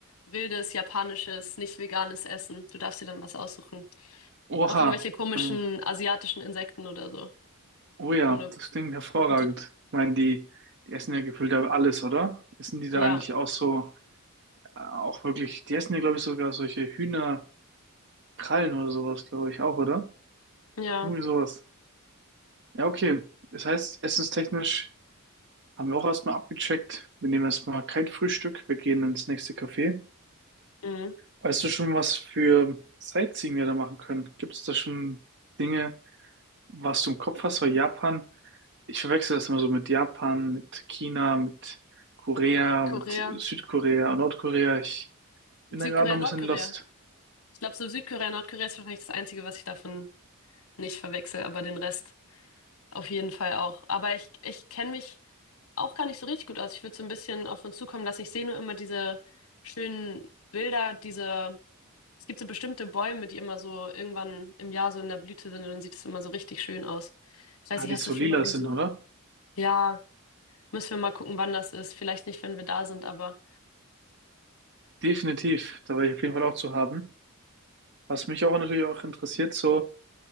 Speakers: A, on the left; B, on the right.
A: wildes japanisches, nicht veganes Essen. Du darfst dir dann was aussuchen.
B: Oha.
A: Auch irgendwelche komischen
B: Ähm,
A: asiatischen Insekten oder so.
B: Oh ja,
A: Ohne.
B: das klingt hervorragend.
A: Verurteilt.
B: Ich meine, die, die essen ja gefühlt ja alles, oder? Essen die da
A: Ja,
B: nicht auch so, äh, auch wirklich, die essen ja, glaube ich, sogar solche Hühnerkrallen oder sowas, glaube ich, auch, oder?
A: ja.
B: Irgendwie sowas. Ja, okay. Das heißt, essenstechnisch haben wir auch erstmal abgecheckt. Wir nehmen erstmal kein Frühstück. Wir gehen ins nächste Café.
A: Mhm.
B: Weißt du schon, was für Sightseeing wir da machen können? Gibt es da schon Dinge? was du im Kopf hast, weil Japan, ich verwechsel das immer so mit Japan, mit China, mit Korea, mit
A: Korea.
B: Südkorea und Nordkorea. Ich bin
A: Südkorea,
B: da gerade noch ein
A: Nordkorea.
B: bisschen lost.
A: Ich glaube, so Südkorea, Nordkorea ist wahrscheinlich das Einzige, was ich davon nicht verwechsel, aber den Rest auf jeden Fall auch. Aber ich, ich kenne mich auch gar nicht so richtig gut aus. Ich würde so ein bisschen auf uns zukommen lassen. Ich sehe nur immer diese schönen Bilder, diese, es gibt so bestimmte Bäume, die immer so irgendwann im Jahr so in der Blüte sind und dann sieht es immer so richtig schön aus. Ich weiß
B: Ah,
A: nicht,
B: die
A: hast
B: so
A: du schon
B: lila
A: mal gesehen?
B: sind, oder?
A: Ja. Müssen wir mal gucken, wann das ist. Vielleicht nicht, wenn wir da sind, aber.
B: Definitiv, da war ich auf jeden Fall auch zu haben. Was mich auch natürlich auch interessiert, so,